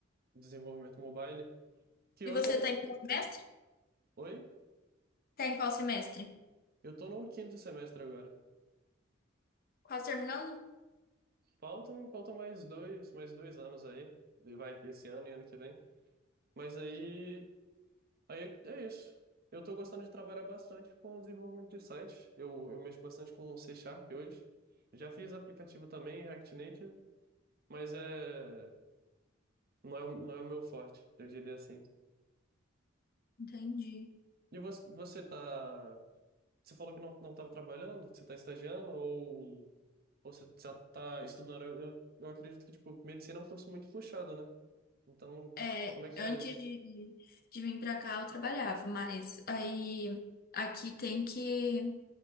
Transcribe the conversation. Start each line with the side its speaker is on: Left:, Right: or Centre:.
Right: desenvolvimento mobile. Que
Left: E
Right: hoje
Left: você
Right: é o.
Left: tá em qual semestre?
Right: Oi?
Left: Tá em qual semestre?
Right: Eu tô no quinto semestre agora.
Left: Quase terminando?
Right: Faltam, faltam mais dois, mais dois anos aí. E Vai, esse ano e ano que vem. Mas aí, aí é isso. Eu tô gostando de trabalhar bastante com o desenvolvimento de site. Eu, eu mexo bastante com C Sharp hoje. Já fiz aplicativo também em React Native, mas é, não é, o- não é o meu forte, eu diria assim.
Left: Entendi.
Right: E você, você tá, você falou que não, não estava trabalhando, você tá estagiando ou, ou você já tá estudando? Eu, eu, eu acredito que, tipo, medicina é um curso muito puxado, né? Então,
Left: É,
Right: como é que
Left: antes
Right: tá isso?
Left: de, de vir pra cá eu trabalhava, mas aí aqui tem que